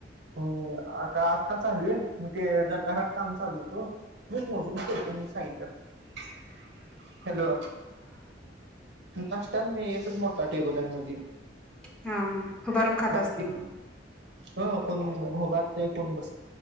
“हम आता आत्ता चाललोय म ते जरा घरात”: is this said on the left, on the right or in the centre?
Right